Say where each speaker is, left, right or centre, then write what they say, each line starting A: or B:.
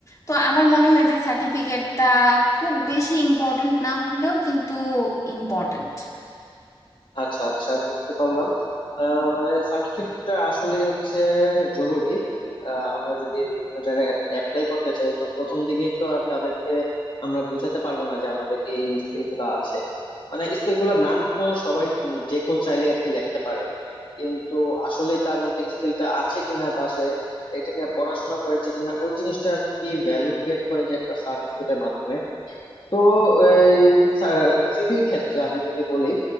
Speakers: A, on the left (about 35°); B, on the left (about 60°).
A: তো আমার মনে হয় যে সার্টিফিকেটটা খুব বেশি ইম্পর্ট্যান্ট না হলেও কিন্তু ইম্পর্ট্যান্ট
B: আচ্ছা আচ্ছা বুঝতে পারলাম আহ, মানে সার্টিফিকেটটা আসলে হচ্ছে জরুরি আহ, আমরা যদি বিভিন্ন জায়গায় অ্যাপ্লাই করতে চাই তো প্রথম দিকেই তো আর তাদেরকে আমরা বোঝাতে পারবো না যে আমাদের এই স্কিল গুলা আছে মানে স্কিল গুলার নাম তো সবাই উম, যে কেউ চাইলে আর কি লিখতে পারে কিন্তু আসলে তার মধ্যে স্কিলটা আছে কিনা বা সে এটা নিয়ে পড়াশোনা করেছে কিনা ওই জিনিসটা আর কি ভ্যালু ক্রিয়েট করে যে একটা সার্টিফিকেটের মাধ্যমে তো এই সিভির ক্ষেত্রে আমি যদি বলি